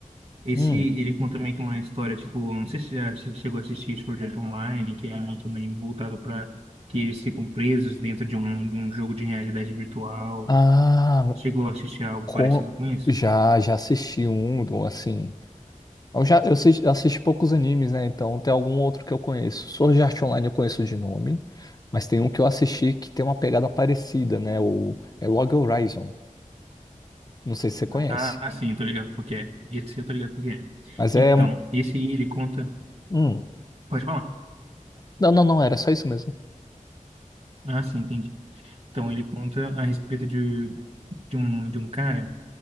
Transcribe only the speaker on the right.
Esse,
ele conta meio que uma história, tipo, não sei se já che- chegou a assistir esse projeto online, que é meio que um anime voltado para que eles ficam presos dentro de um, de um jogo de realidade virtual.
Chegou a assistir algo
parecido com isso?
Ah, sim, tô ligado porque é. Esse eu tô ligado porque é.
Então,
esse aí ele conta.
Pode falar.
Ah, sim, entendi. Então, ele conta a respeito de, de um, de um cara.